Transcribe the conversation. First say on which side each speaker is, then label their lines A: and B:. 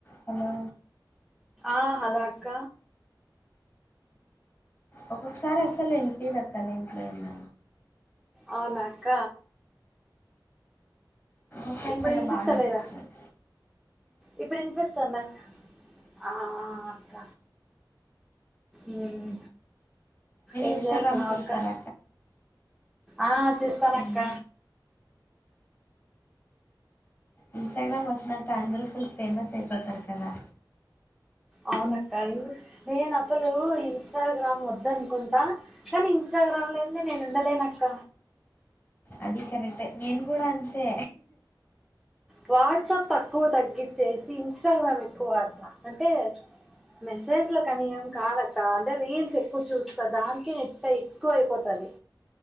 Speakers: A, on the left; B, in the centre.
A: Hello
B: ఆ hello అక్క
A: ఒక్కొక్కసారి అస్సలు వినిపిదు అక్క నే ఇంట్లో అయినా
B: అవునా అక్క
A: ఒకొక్క సార్
B: ఇప్పుడు
A: మళ్ల
B: వినిపిస్తలేదా
A: బాగా విన్పిస్తది
B: ఇప్పుడు వినిపిస్తుందా ఆ ఆ అక్క మ్మ్
A: మీరు
B: ఏంచేస్తున్నావ్
A: ఇన్స్టాగ్రామ్ చూస్తారా
B: అక్క ఆ చెపను
A: హ్మ్.
B: అక్క
A: ఇన్స్టాగ్రామ్ వచ్చినాక అందరూ ఫుల్ ఫేమస్ అయిపోతారు కదా
B: అవునక్కాయి నేను అసలు ఇంస్టాగ్రామ్ వద్ద అనుకుంటా కానీ ఇంస్టా గ్రామ్ లేనిది నేను ఉండలేనక్క
A: అది కరెక్టే నేను కూడా అంతే
B: వాట్సాప్ తక్కువ తగ్గించేసి ఇన్స్టాగ్రామ్ ఎక్కువ వాడతా అంటే మెసేజ్లకి అని ఏం కాదక్కా అంటే రీల్స్ ఎక్కువ చూస్తా దానికే నెట్ట ఎక్కువ అయిపోతది